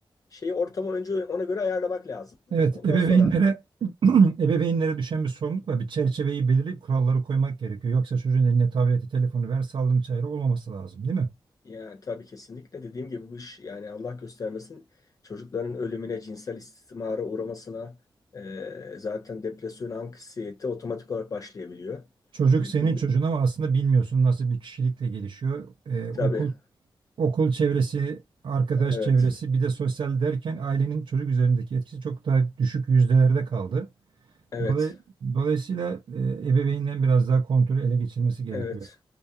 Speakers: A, on the left; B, on the right.
A: şeyi ortamı önce ona göre ayarlamak lazım.
B: Evet,
A: Ondan
B: ebeveynlere
A: sonra
B: <clears throat> ebeveynlere düşen bir sorumluluk var. Bir çerçeveyi belirleyip kuralları koymak gerekiyor. Yoksa çocuğun eline tableti, telefonu ver, sallım çayırı olmaması lazım, değil mi?
A: yani tabii kesinlikle dediğim gibi bu iş yani Allah göstermesin çocukların ölümüne, cinsel istismara uğramasına e, zaten depresyon, anksiyete otomatik olarak başlayabiliyor.
B: Çocuk
A: Bir,
B: senin
A: bir,
B: çocuğun
A: bir-
B: ama aslında bilmiyorsun nasıl bir kişilikle gelişiyor. E, okul
A: tabii
B: Okul çevresi, arkadaş
A: evet
B: çevresi, bir de sosyal derken ailenin çocuk üzerindeki etkisi çok daha düşük yüzdelerde kaldı.
A: evet.
B: Dolay- Dolayısıyla e, ebeveynden biraz daha kontrolü ele geçirmesi gerekiyor.
A: Evet.